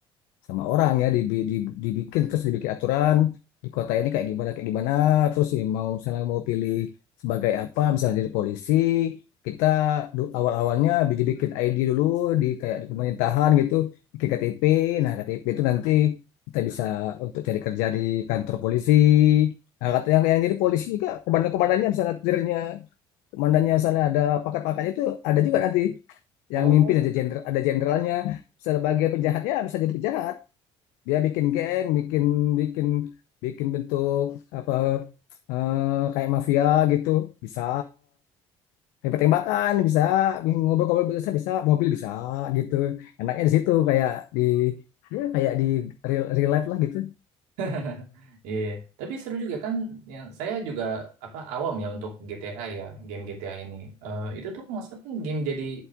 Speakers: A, on the left; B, on the right.
A: sama orang ya dibi- di- dibikin terus dibikin aturan di kota ini kayak gimana kayak gimana terus ya mau misalnya mau pilih sebagai apa misalnya jadi polisi kita du- awal-awalnya dibikin ID dulu di kayak di pemerintahan gitu bikin KTP nah KTP itu nanti kita bisa untuk cari kerja di kantor polisi nah, kata yang yang jadi polisi juga komandan-komandannya misalnya tirnya komandannya misalnya ada pangkat-pangkatnya itu ada juga nanti
B: Oh,
A: yang mimpin ada jenderal ada jenderalnya sebagai penjahatnya bisa jadi penjahat dia bikin geng bikin bikin bikin bentuk apa eh, kayak mafia gitu bisa tembak-tembakan bisa ngobrol-ngobrol bisa bisa mobil bisa gitu enaknya di situ kayak di ya kayak di real, real life lah gitu
B: <laughs> iya. Tapi seru juga kan. Yang saya juga apa awam ya untuk GTA ya, game GTA ini. Eh, itu tuh kalau nggak salah kan game jadi